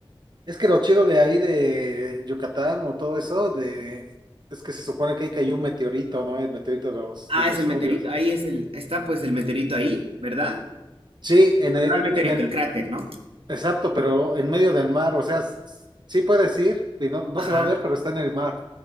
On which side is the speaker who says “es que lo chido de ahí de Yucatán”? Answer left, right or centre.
Right